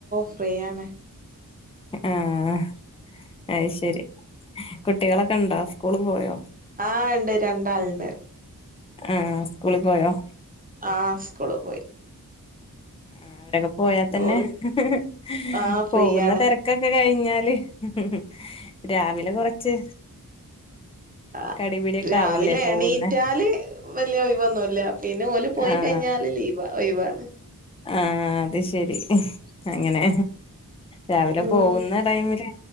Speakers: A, on the right; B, on the left.
A: ഫ്രീയാണ്
B: ആഹ് അത് ശരി കുട്ടികളൊക്കെ ഉണ്ടോ സ്കൂള് പോയോ
A: ആഹ് ഉണ്ട് രണ്ടാളുണ്ട്
B: ആഹ് സ്കൂളിൽ പോയോ
A: ആഹ് സ്കൂള് പോയി
B: ആഹ് അവരൊക്കെ പോയാൽ തന്നെ
A: ഓല്
B: ഹ്
A: ആ
B: ഹ്
A: ഫ്രീയാണ്
B: പോകുന്ന തിരക്കൊക്കെ കഴിഞ്ഞാല് ഹു ഹു രാവിലെ കൊറച്ച്
A: ആ
B: കടിപിടിയൊക്കെ
A: രാവിലെ
B: ആവൂലേ പോകുന്നെ
A: എണീറ്റാല് വല്ല്യ ഒഴിവൊന്നുല്ല്യ പിന്നെ ഓല് പോയി
B: ആഹ്
A: കഴിഞ്ഞാല് ലീവ് വാ ഒഴിവാണ്
B: ആഹ് അത് ശരി അങ്ങനെ രാവിലെ
A: ഉം
B: പോവുന്ന ടൈമില്